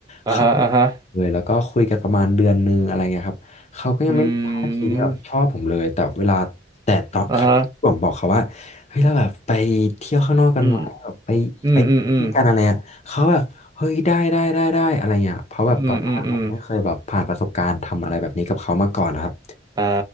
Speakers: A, on the right (about 20°); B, on the left (about 35°).
A: อ่าฮะอ่าฮะ
B: เขาเลยแล้วก็คุยกันประมาณเดือนนึงอะไรเงี้ยครับเขาก็ยังไม่มีท่าทีที่แบบชอบผมเลยแต่เวลาแต่ตอนครั้งที่ผมบอกเขาว่าเฮ้ยเราแบบไปเที่ยวข้างนอกกันไหมแบบไปไปกินกันอะไรอ่ะเขาแบบ
A: อืมอ่าฮะอืมอืมอืม
B: เฮ้ยได้ได้ได้ได้อะไรเงี้ยเพราะแบบก่อนหน้าผมไม่เคยแบบผ่านประสบการณ์ทำอะไรแบบนี้กับเขามาก่อนนะครับ
A: อืมอืมอืมอืมอ่า